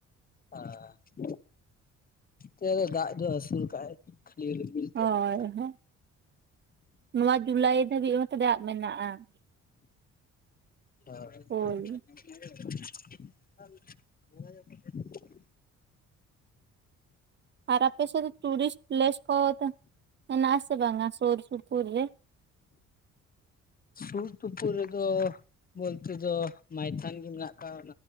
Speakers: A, on the left (about 30°); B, on the right (about 35°).
A: ᱦᱚᱸ ᱾ ᱱᱚᱛᱮ ᱫᱟᱜ ᱫᱚ ᱟᱹᱥᱩᱞ ᱠᱟᱜᱟᱭ ᱠᱷᱟᱞᱤ ᱨᱤᱢᱤᱞ ᱛᱮᱫ
B: ᱦᱚᱭ
A: ᱢᱮᱱᱟᱜ
B: <unintelligible>
A: ᱠᱟᱜᱼᱟ
B: ᱱᱚᱣᱟ ᱡᱩᱞᱟᱭ ᱫᱷᱟᱹᱵᱤᱡ ᱦᱚᱸ ᱛᱚ ᱫᱟᱜ ᱢᱮᱱᱟᱜᱼᱟ ᱾
A: <inaudible>
B: ᱦᱳᱭ ᱟᱨ ᱟᱯᱮ ᱥᱮᱫᱚ ᱴᱩᱨᱤᱥᱴ ᱯᱮᱞᱮᱥ ᱠᱚ ᱢᱮᱱᱟᱜ ᱟ ᱥᱮ ᱵᱟᱝᱟ ᱥᱩᱨ ᱥᱩᱯᱩᱨ ᱨᱮ?
A: ᱥᱩᱨᱼ ᱛᱩᱯᱩᱨ ᱨᱮᱫᱚ! ᱵᱚᱞᱛᱮ ᱫᱚ ᱢᱟᱭᱛᱷᱚᱱ ᱜᱮ ᱢᱮᱱᱟᱜ ᱟᱠᱟᱫ